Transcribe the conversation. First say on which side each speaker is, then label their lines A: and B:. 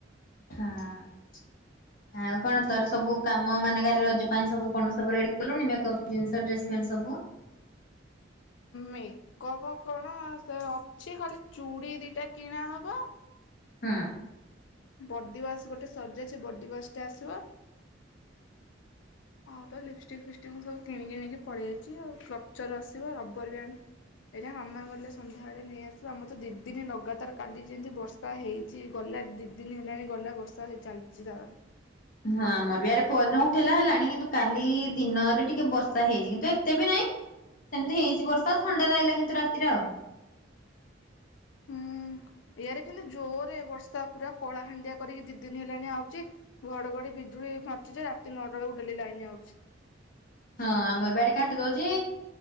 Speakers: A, on the left; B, on the left.
A: ହଁ।
B: <inaudible>
A: ଆଉ କଣ ତୋର ସବୁ କାମ ମାନେ କାଲି ରଜ ପାଇଁ ସବୁ କଣ ସବୁ ରେଡି କଲୁଣି ମେକଅପ୍ ଜିନିଷ ଡ୍ରେସ ପ୍ୟାଣ୍ଟ୍ ସବୁ?
B: ମେକଅପ୍ କଣ ସେ ଅଛି ଖାଲି ଚୁଡ଼ି ଦୁଇଟା କିଣା ହେେବ
A: ହଁ।
B: ବଡିୱାସ୍ ଗୋଟେ ସରିଯାଇଛି ବଡିୱାସ୍ ଟେ ଆସିବ ହଉ ତ ଲିପଷ୍ଟିକ୍ ଫିପଷ୍ଟିକ୍ ମୁଁ ସବୁ କିଣିକି ନେଇକି ପଳେଇ ଆଇଛି ଆଉ କ ଉଚର ଆସିବ ରବର୍ ବ୍ୟାଣ୍ଡ୍ ଏଇଟା ମାମା ଗଲେ ସନ୍ଧ୍ୟାବେଳେ ନେଇଆସିବ ଆମର ତ ଦି ଦିନ ଲଗାତାର କାଲି ଯେମିତି ବର୍ଷା ବର୍ଷା ହେଇଛି ଗଲା ଦି ଦିନି ହେଲାଣି ଗଲା ବର୍ଷା ହେ ଚାଲିଛି ତାର।
A: ହଁ ଆମର ବି ଏଆଡ଼େ ପହଦିନ ଉଠେଇଲା ହେଲାଣି କିନ୍ତୁ କାଲି ଦିନରେ ଟିକେ ବର୍ଷା ହେଇଛି କିନ୍ତୁ ଏତେ ବି ନାହିଁ ସେମିତି ହେଇଛି ବର୍ଷା ଥଣ୍ଡା ଲାଗିଲା କିନ୍ତୁ ରାତିରେ ଆଉ।
B: ହୁଁ ଇଆାରେ କିନ୍ତୁ ଜୋରେ ବର୍ଷା ପୁରା କଳା ହାଣ୍ଡିଆ କରିକି ଦି ଦିନ ହେଲାଣି ଆଉଛି ଘଡଘଡି ବିଜୁଳି ମାରୁଛି ଯେ ରାତି ନଅଟା ବେଳକୁ ଡେଲି ଲାଇନ୍ ଆଉଚି।
A: ହଁ ଆମର ବି ଆଡେ କାଟି ଦଉଛି